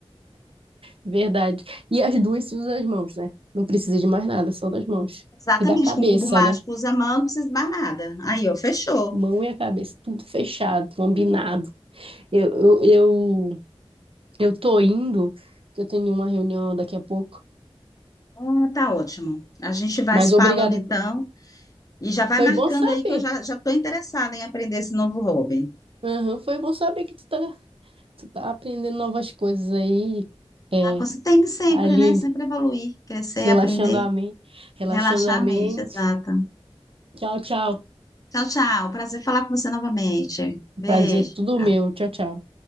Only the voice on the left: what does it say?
Exatamente,
com o cubo mágico
usa a mão, não precisa esbar nada. Aí, ó, fechou.
Ah, tá ótimo. A gente vai
se
falando então. E já vai
marcando
aí que eu já já estou interessada em aprender esse novo hobby.
Ah, você tem que sempre,
né? Sempre evoluir, crescer,
aprender,
relaxar
a mente, exato.
Tchau, tchau. Prazer falar com você novamente. Beijo.
tchau.